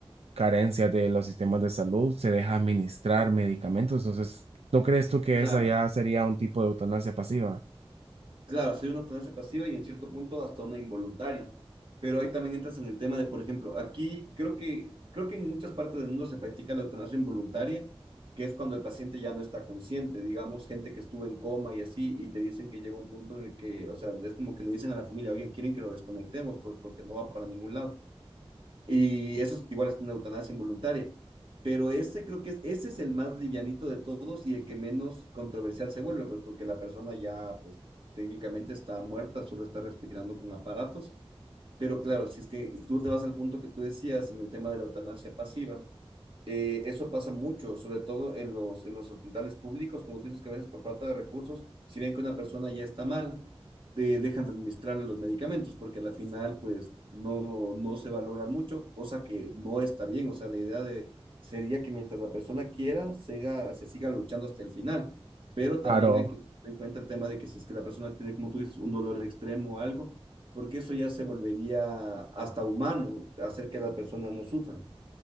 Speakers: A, on the right; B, on the right.
A: carencias de los sistemas de salud se deja administrar medicamentos. Entonces, ¿no crees tú que
B: Claro.
A: esa ya sería un tipo de eutanasia pasiva?
B: Claro, soy una observancia pasiva y en cierto punto hasta una involuntaria. Pero ahí también entras en el tema de, por ejemplo, aquí creo que, creo que en muchas partes del mundo se practica la eutanasia involuntaria, que es cuando el paciente ya no está consciente, digamos, gente que estuvo en coma y así, y te dicen que llega un punto en el que, o sea, es como que le dicen a la familia, oigan, quieren que lo desconectemos pues, porque no va para ningún lado. Y eso es, igual es una eutanasia involuntaria. Pero ese creo que es, ese es el más livianito de todos y el que menos controversial se vuelve, pues porque la persona ya, pues técnicamente está muerta, solo está respirando con aparatos. Pero claro, si es que tú te vas al punto que tú decías en el tema de la eutanasia pasiva, eh, eso pasa mucho, sobre todo en los, en los hospitales públicos, como tú dices que a veces por falta de recursos, si ven que una persona ya está mal, eh, dejan de administrarle los medicamentos, porque al final pues no, no se valora mucho, cosa que no está bien, o sea, la idea de, sería que mientras la persona quiera, siga, se siga luchando hasta el final, pero también
A: Claro.
B: hay que tener en cuenta el tema de que si es que la persona tiene, como tú dices, un dolor extremo o algo, porque eso ya se volvería hasta humano, hacer que la persona no sufra.